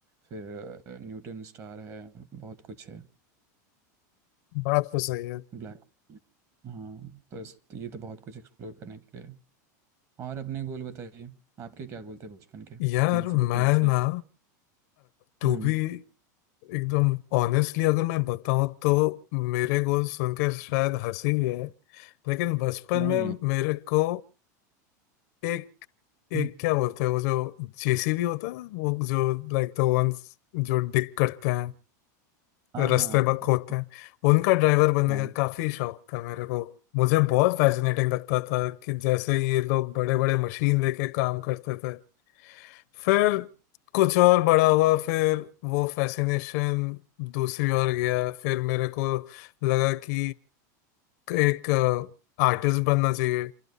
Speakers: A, on the right; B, on the left.
A: फिर न्यूटन स्टार है बहुत कुछ है
B: बात तो सही है
A: ब्लैक हाँ तो इस, ये तो बहुत कुछ एक्सप्लोर करने के लिए है। और अपने गोल बताइए आपके क्या गोल थे बचपन के
B: यार
A: मेरे से तो
B: मैं
A: पूछ लिया
B: ना टू
A: हम्म
B: बी एकदम ऑनेस्टली अगर मैं बताऊं तो मेरे गोल सुनकर शायद हंसी भी है लेकिन बचपन
A: नहीं
B: में
A: नहीं
B: मेरे को एक एक
A: हम्म,
B: क्या बोलते हैं वो जो जेसीबी होता है वो जो लाइक द वंस जो डिग करते हैं
A: हाँ
B: रास्ते
A: हाँ
B: ब- खोदते हैं उनका ड्राइवर बनने
A: हाँ
B: का काफी शौक था मेरे को मुझे बहुत फैसिनेटिंग लगता था कि जैसे ये लोग बड़े बड़े मशीन लेके काम करते थे फिर कुछ और बड़ा हुआ फिर वो फैसिनेशन दूसरी ओर गया फिर मेरे को लगा कि एक आर्टिस्ट बनना चाहिए